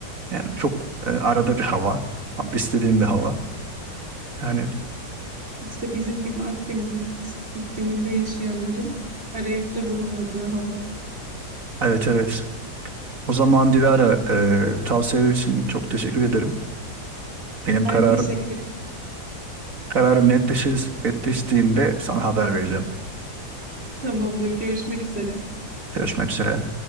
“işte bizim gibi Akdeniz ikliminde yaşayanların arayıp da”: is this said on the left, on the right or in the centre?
Right